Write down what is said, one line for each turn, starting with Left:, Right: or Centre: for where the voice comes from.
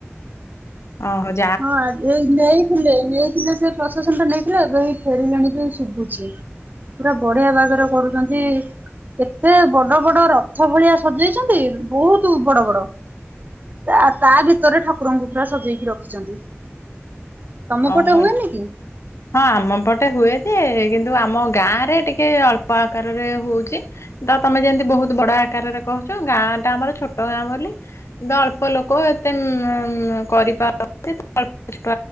Left: ଅ ହ
Right: ହଁ ଦେଇ ନେଇ ଥିଲେ ନେଇଥିଲେ ସେ ପ୍ରଶାସନ ଟା ନେଇଥିଲେ ଏବେ ହେଇ ଫେରିଲେଣି କି ଶୁଭୁଛି। ପୁରା ବଢିଆ ବାଗରେ କରୁଛନ୍ତି। କେତେ ବଡ ବଡ ରଥ ଭଳିଆ ସଜେଇଛନ୍ତି ବହୁତ ବଡ ବଡ। ତା ତା ଭିତରେ ଠାକୁରଙ୍କୁ ପୁରା ସଜେଇକି ରଖିଛନ୍ତି। ତମ
Left: ଅ
Right: ପଟେ
Left: ହ।
Right: ହୁଏନି କି?
Left: ହଁ ଆମ ପଟେ ହୁଏ ଯେ କିନ୍ତୁ ଆମ ଗାଁ ରେ ଟିକେ ଅଳ୍ପ ଆକାରରେ ହଉଛି। ତ ତମେ ଯେମିତି ବହୁତ ବଡ ଆକାରରେ କହୁଛ ଗାଁ ଟା ଆମର ଛୋଟ ଗାଁ ବୋଲି ତ ଅଳ୍ପ ଲୋକ ଏତେ କରିପାରନ୍ତି <unintelligible>